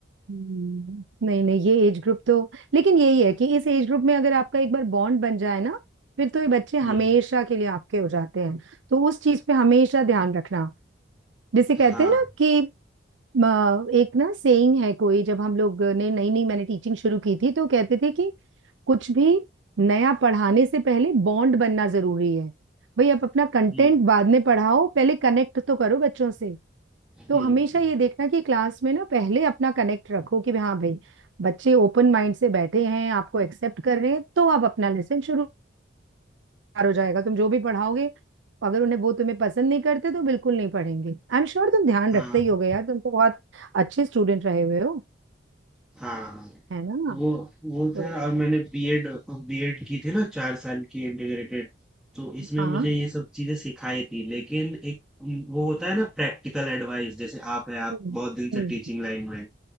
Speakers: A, on the right; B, in the centre.
A: हम्म। नहीं नहीं ये एज ग्रुप तो लेकिन यही है कि इस एज ग्रुप में अगर आपका एक बार बॉन्ड बन जाए ना फिर तो ये बच्चे
B: हुँ,
A: हमेशा के लिए आपके हो जाते हैं तो उस चीज पे हमेशा ध्यान रखना जिसे कहते
B: हाँ।
A: हैं ना कि म, एक ना सेइंग है कोई जब हम लोग ने नई नई मैंने टीचिंग शुरू की थी तो कहते थे कि कुछ भी नया पढ़ाने से पहले बॉन्ड बनना जरूरी है भाई आप अपना कंटेंट
B: हुँ,
A: बाद में पढ़ाओ पहले कनेक्ट तो करो बच्चों से
B: हुँ,
A: तो हमेशा ये देखना कि क्लास में ना पहले अपना कनेक्ट रखो कि हाँ भाई बच्चे ओपन माइंड से बैठे हैं आपको एक्सेप्ट कर रहे हैं तो आप अपना लेसन शुरू बेकार हो जाएगा तुम जो भी पढ़ाओगे अगर उन्हें वो तुम्हें पसंद नहीं करते तो बिल्कुल नहीं पढ़ेंगे आई एम श्योर तुम ध्यान
B: हाँ,
A: रखते ही होगे यार तुम तो बहुत अच्छे स्टूडेंट रहे हुए हो
B: हाँ।
A: है ना
B: वो वो
A: तो
B: था
A: नहीं
B: और मैंने बीएड बीएड की थी ना 4 साल की इंटीग्रेटेड, तो इसमें
A: हाँ
B: मुझे ये सब चीज़ें सिखाई थी। लेकिन एक उम, वो होता है ना प्रैक्टिकल एडवाइस जैसे आप हैं, आप
A: हम्म
B: बहुत दिन से
A: हम्म
B: टीचिंग लाइन में हैं।